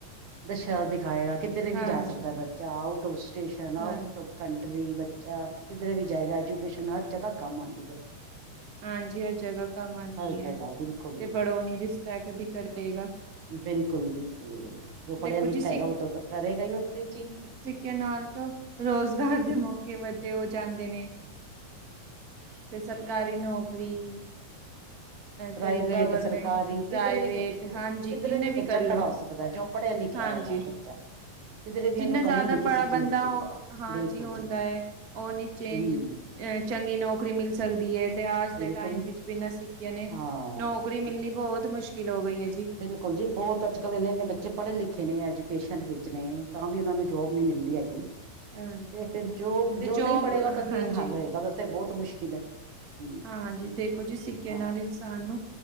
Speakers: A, on the right; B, on the right.
A: ਦਸ਼ ਦਿਖਾਏਗਾ ਕਿੱਧਰੇ ਵੀ
B: ਹਾਂਜੀ
A: ਜਾ ਸਕਦਾ ਬ ਬ ਆਊਟਫ ਸਟੇਸ਼ਨ
B: ਹਾਂਜੀ
A: ਆਟ ਕੰਟਰੀ ਬੱਚਾ ਕਿੱਧਰ ਵੀ ਜਾਏਗਾ ਐਜੂਕੇਸ਼ਨ ਹਰ ਜਗ੍ਹਾ ਕੰਮ ਆ ਜੂਗਾ
B: ਹਾਂਜੀ ਹਰ ਜਗ੍ਹਾ ਕੰਮ ਆਉਂਦੀ
A: ਹਰ ਜਗ੍ਹਾ
B: ਹੈ
A: ਬਿਲਕੁਲ
B: ਤੇ ਬੜੋਨੀ ਰਿਸਪੈਕਟ ਵੀ ਕਰੇਗਾ
A: ਬਿਲਕੁਲ ਬਿਲਕੁੁ ਜੋ
B: ਦੇਖੋ
A: ਪੜ੍ਹਿਆ ਲਿਖਾ
B: ਜੀ
A: ਹੈਗਾ ਉਹ ਕਰੇਗਾ ਹੀ ਉੇ ਚੀ
B: ਿਆਂ ਨਾਲ ਤੋਂ ਰੁਜ਼ਗਾਰ ਦੇ ਮੌਕੇ ਵੱਧੇ ਹੋ ਜਾਂਦੇ ਨੇ ਤੇ ਸਰਕਾਰੀ ਨੌਕਰੀ
A: ਪ੍ਰਾਈਵੇਟ
B: ਤੇ ਗਵਰਮੈਂਟ
A: ਸਰਕਾਰੀ
B: ਪ੍ਰਾਈਵੇਟ
A: ਕਿਧਰੇ ਵੀ ਕਿਧਰੇ
B: ਹਾਂਜੀ ਕਿੰਨੇ
A: ਵੀ ਬੱਚਾ
B: ਕਰਲੋ
A: ਖੜਾ ਸਕਦਾ ਜੋ ਪੜ੍ਹਿਆ ਲਿਖਿਆ
B: ਹਾਂਜੀ
A: ਹੈਗਾ ਬੱਚਾ ਕਿਧਰੇ ਵੀ
B: ਜਿੰਨਾ
A: ਉਹਨੂੰ ਕਮੀ
B: ਜ਼ਿਆਦਾ
A: ਨਹੀਂ ਕਿਸੇ
B: ਪੜਾ
A: ਚੀਜ਼
B: ਬੰਦਾ
A: ਦੀ
B: ਉਹ ਹਾਂਜੀ
A: ਬਿਲਕੁਲ
B: ਹੁੰਦਾ
A: ਜੀ,
B: ਹੈ ਉਹ ਨੀ ਚੇਂਜ
A: ਹੂੰ,
B: ਅ ਚੰਗੀ ਨੌਕਰੀ ਮਿਲ ਸਕਦੀ ਹੈ ਆਜ
A: ਬਿਲਕੁਲ
B: ਦੇ ਟਾਈਮ ਵਿੱਚ ਬਿਨਾਂ ਸਿੱਖੀਆਂ ਨੇ
A: ਹਾਂ,
B: ਨੌਕਰੀ ਮਿਲਣੀ ਬਹੁਤ ਮੁਸ਼ਕਿਲ ਹੋ ਗਈ ਹੈ ਜੀ
A: ਬੁਲ ਜੀ ਬਹੁਤ ਅੱਜ ਕੱਲ੍ਹ ਇੰਨੇ ਇੰਨੇ ਬੱਚੇ ਪੜ੍ਹੇ ਲਿਖੇ ਨੇ ਐਜੂਕੇਸ਼ਨ ਦੇ ਵਿੱਚ ਨੇ ਤਾਂ ਵੀ ਉਹਨਾਂ ਨੂੰ ਜੋਬ ਨੀ ਮਿਲਦੀ ਹੈਗੀ
B: ਹਾਂਜੀ
A: ਤੇ ਫਿਰ ਜੋ
B: ਤੇ
A: ਜੋ
B: ਜੋਬ
A: ਨਹੀਂ ਪੜ੍ਹੇਗਾ ਉਹ ਤਾਂ
B: ਹਾਂਜੀ
A: ਕੀ ਹੱਲ ਹੋਏਗਾ ਉਹ ਤੇ ਬਹੁਤ ਮੁਸ਼ਕਿਲ ਹੈ ਹੂੰ,
B: ਹਾਂਾਂਜੀ ਦੇਖੋ ਜੀ ਸਿੱਕੇ
A: ਹਾਂ,
B: ਨਾਲ ਇਨਸਾਨ ਨੂੰ